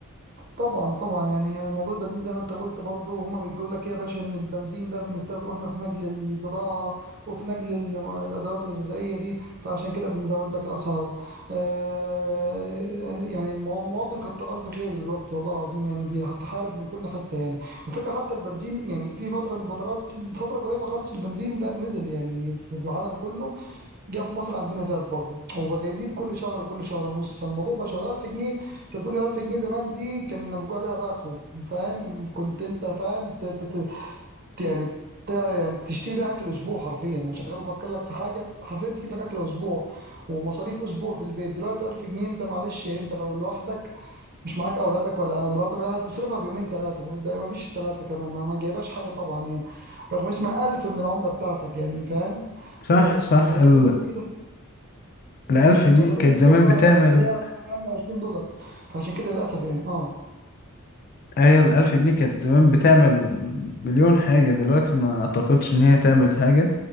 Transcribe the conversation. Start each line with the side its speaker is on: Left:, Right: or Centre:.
Right: طبعا طبعا يعني موضوع البنزين زي ما انت قلت برضو هما بيقول لك ايه يا باشا ان البنزين ده بنستخدمه احنا في نقل البضاعه وفي نقل ال- الادوات الغذائيه دي فعشان كده بنزود لك الاسعار آه يعني المو- المواطن كتر الف خيره دلوقتي والله العظيم يعني بيتحارب من كل حته يعني وفكره حتى البنزين يعني في فتره من فترات فتره قريبه خالص البنزين ده نزل يعني في العالم كله جه في مصر عندنا زاد برضه وبقى يزيد كل شهر وكل شهر ونص فالموضوع بقى شغل 1000 جنيه انت بتقول 1000 جنيه زمان دي كان بيقول عليها باكو فاهم كنت انت فاهم ت- ت- ت- يعني ت- يعني تشتري بيها اكل اسبوع حرفيا انا شغال بفكر لك في حاجه حرفيا تجيب لك اكل اسبوع ومصاريف اسبوع في البيت دلوقتي 1000 جنيه انت معلش يعني انت لو لوحدك مش معاك اولادك ولا مراتك ولا حاجة، هتصرفها في يومين ثلاثه وده ما فيش ثلاثه كمان ما, ما جايبهاش حاجه طبعا يعني رغم اسمها 1000 من العمله بتاعتك يعني فاهم
Left: صح
Right: آه،
Left: صح
Right: يعني بس
Left: ال...
Right: انت لما تيجي
Left: الألف جنيه
Right: لما تيجي
Left: كانت
Right: تحسبها
Left: زمان بتعمل
Right: تلاقيها عامله 20 دولار فعشان كده للاسف يعني اه
Left: هي الألف جنيه كانت زمان بتعمل مليون حاجة دلوقتي ما أعتقدش إن هي تعمل حاجة